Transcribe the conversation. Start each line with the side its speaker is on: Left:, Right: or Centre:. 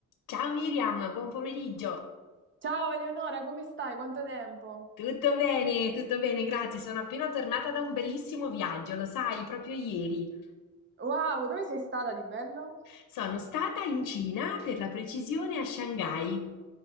Left: Ciao Miriam, buon pomeriggio.
Right: Ciao Eleonora, come stai? Quanto tempo?
Left: Tutto bene, tutto bene, grazie. Sono appena tornata da un bellissimo viaggio, lo sai, proprio ieri.
Right: Wow, dove sei stata di bello?
Left: Sono stata in Cina, per la precisione, a Shanghai.